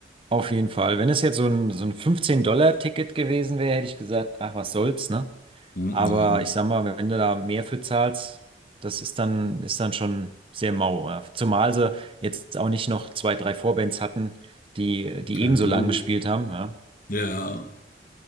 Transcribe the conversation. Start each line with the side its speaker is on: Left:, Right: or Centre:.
Right: Auf jeden Fall. Wenn es jetzt so ein, so ein 15-Dollar-Ticket gewesen wäre, hätte ich gesagt, ach, was soll's, ne?
Left: Hm,
Right: Aber
Left: Ja. ne?
Right: ich sag mal, wenn du da mehr für zahlst, das ist dann, ist dann schon sehr mau. ja. Zumal sie jetzt auch nicht noch zwei, drei Vorbands hatten, die, die ebenso
Left: Ach so.
Right: lang gespielt haben, ja.
Left: Ja.